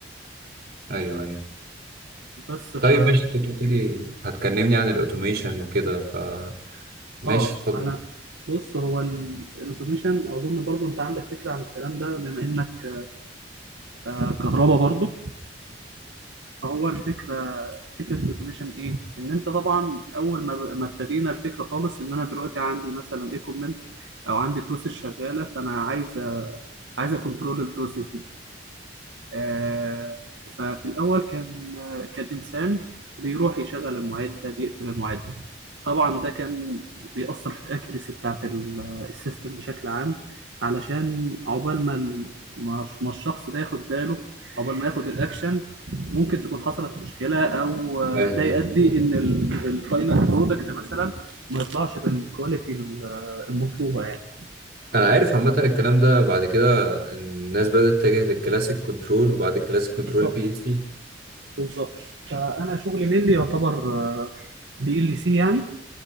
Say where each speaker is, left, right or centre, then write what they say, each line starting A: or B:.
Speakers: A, on the right (about 55°); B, on the right (about 80°).
A: أيوه أيوه
B: بس ف
A: طيب ماشي كنت بتقولي هتكلمني عن الاوتوميشن وكده فماشي
B: اه
A: اتفضل
B: انا بص هو الاوتوميشن اظن برضو انت عندك فكره عن الكلام ده بما انك آه، كهربا برضو فهو الفكره فكره الاوتوميشن ايه ان انت طبعا اول ما ب- ما ابتدينا الفكره خالص ان انا دلوقتي عندي مثلا ايكوبمنت او عندي بروسيس شغاله فانا عايز آه، عايز اكونترول البروسيس دي آه، ففي الأول كان كان إنسان بيروح يشغل المعدة بيقفل المعدة طبعا ده كان بيأثر في الأكيرسي بتاعة ال- السيستم بشكل عام علشان عقبال ما ال- ما الش- ما الشخص ده ياخد باله عقبال ما ياخد الأكشن ممكن تكون حصلت مشكلة أو آه،
A: فاهم
B: ده يؤدي
A: قصدك اه
B: إن الفاينل برودكت مثلا ما يطلعش بالكواليتي ال- آه، المطلوبة يعني
A: انا عارف عامه الكلام ده بعد كده الناس بدات تتجه للكلاسيك كنترول وبعد الكلاسيك كنترول
B: بالظبط
A: بي ال سي
B: بالظبط فأنا شغلي مين اللي يعتبر بي ال سي يعني